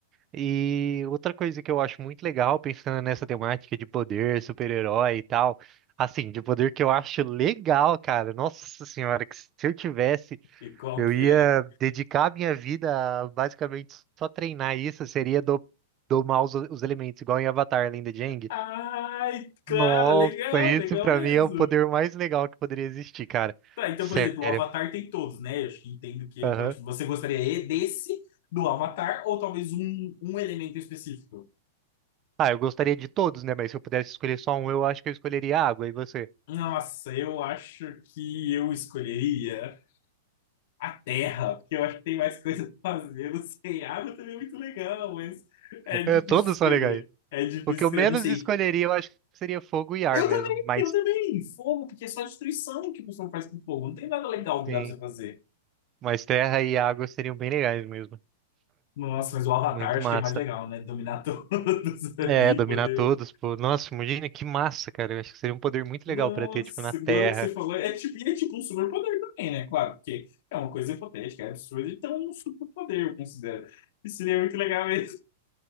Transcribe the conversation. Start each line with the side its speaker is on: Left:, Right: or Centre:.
Right: E outra coisa que eu acho muito legal, pensando nessa temática de poder, super-herói e tal, assim, de poder que eu acho legal, cara. Nossa senhora, que se eu tivesse,
Left: E qual
Right: eu
Left: que
Right: ia
Left: é?
Right: dedicar a minha vida a basicamente só treinar isso, seria do, domar os, os elementos, igual em Avatar, Lenda de Aang.
Left: Ai, cara,
Right: Nossa,
Left: legal,
Right: esse
Left: legal
Right: pra
Left: mesmo.
Right: mim é o poder mais legal que poderia existir, cara.
Left: Tá, então,
Right: Sério.
Left: por exemplo, o Avatar tem todos, né? Eu acho que entendo que ele
Right: Aham.
Left: pode. Você gostaria e desse do Avatar ou talvez um, um elemento específico?
Right: Ah, eu gostaria de todos, né? Mas se eu pudesse escolher só um, eu acho que eu escolheria a água. E você?
Left: Nossa, eu acho que eu escolheria a Terra, porque eu acho que tem mais coisa pra fazer. Não sei, água também é muito legal, mas é difícil
Right: É, todos
Left: escolher.
Right: são legais.
Left: É difícil
Right: O que
Left: escolher,
Right: eu menos
Left: não sei.
Right: escolheria, eu acho que seria fogo e ar
Left: Eu
Right: mesmo.
Left: também,
Right: Mas
Left: eu também. Fogo, porque é só destruição que o pessoal faz com fogo. Não tem nada legal que
Right: sim,
Left: dá pra você fazer.
Right: mas terra e água seriam bem legais mesmo.
Left: Nossa, mas o Avatar
Right: Muito
Left: acho
Right: massa.
Left: que é mais legal, né? Dominar todos <laughs> ali,
Right: É, dominar
Left: poder
Right: todos, pô. Nossa, imagina que massa, cara. Eu acho que seria um poder muito
Left: Nossa,
Right: legal pra ter, tipo, na Terra.
Left: agora que você falou, é tipo, e é tipo um superpoder também, né? Claro, porque é uma coisa hipotética, é absurda, então é um superpoder, eu considero. Isso seria muito legal mesmo.